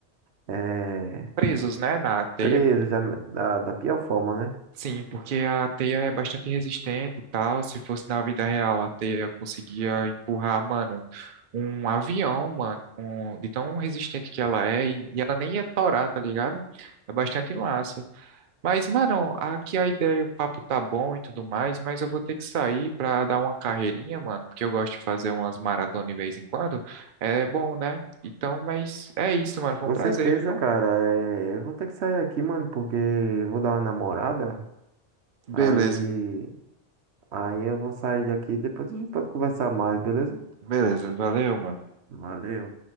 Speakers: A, on the right; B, on the right.
A: é,
B: Presos, né, na teia
A: presos da, da, da pior forma, né?
B: Sim, porque a teia é bastante resistente e tal. Se fosse na vida real, a teia conseguia empurrar, mano, um avião, mano, com- de tão resistente que ela é, e, e ela nem ia torar, tá ligado? É bastante massa. Mas, mano, aqui a ideia, o papo tá bom e tudo mais, mas eu vou ter que sair pra dar uma carreirinha, mano, porque eu gosto de fazer umas maratonas de vez em quando. É bom, né? Então, mas é isso, mano. Foi
A: Com
B: um prazer,
A: certeza,
B: viu?
A: cara. É, eu vou ter que sair aqui, mano, porque eu vou dar uma namorada.
B: Beleza,
A: Aí, aí eu vou sair daqui. Depois a gente pode conversar mais, beleza?
B: beleza, valeu, mano.
A: Valeu.